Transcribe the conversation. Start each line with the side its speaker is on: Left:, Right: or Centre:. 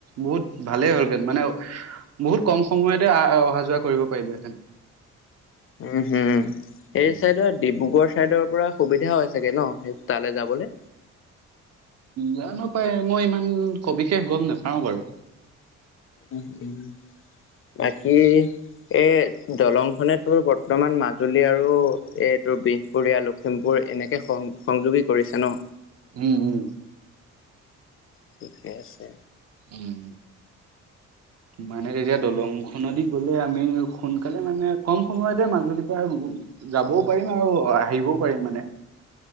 Right: বহুত ভালেই হ'লহেন। মানে, বহুত কম সময়তে অহা যোৱা কৰিব পাৰিলোহেঁতেন।
Left: উম! হু!
Right: উম,
Left: এই চাইডৰ, ডিব্ৰুগড় চাইডৰ পৰা সুবিধা হয় চাগে ন'! সেই তালৈ যাবলে।
Right: জানোঁ পাই! মই ইমান সবিশেষ গম নাপাওঁ বাৰু।
Left: উম! উম! বাকী এই দলংখনে, তোৰ বৰ্তমান, মাজুলী আৰু এই তোৰ বিহপুৰীয়া, লখিমপুৰ এনেকে সং সংযোগী কৰিছে ন'।
Right: উম! উম!
Left: ঠিকে আছে।
Right: উম! মানে, তেতিয়া দলংখনদি গ'লে আমি সোনকালে মানে, কম সময়তে মাজুলীৰ পৰা যাবও পাৰিম আৰু আহিবও পাৰিম মানে।